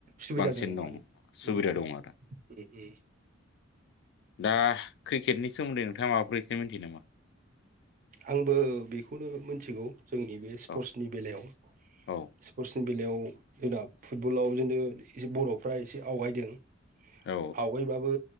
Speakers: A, on the right; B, on the left.
A: सुबिदा
B: बांसिन
A: दङ
B: दं
A: माने
B: सुबिदा
A: उ उ
B: दं आरो
A: उ उ।
B: दा क्रिकेटनि सोमोन्दै नोंथाङा माबाफोर एसे मिथियो नामा?
A: आंबो बेखौनो मिथिगौ जोंनि बे स्पर्टसनि
B: औ
A: बेलायाव
B: औ
A: स्पर्सनि बेलायाव जोंना फुटबलाव बिदिथनो ए बर'फ्रा एसे आवगायदों
B: औ
A: आवगायबाबो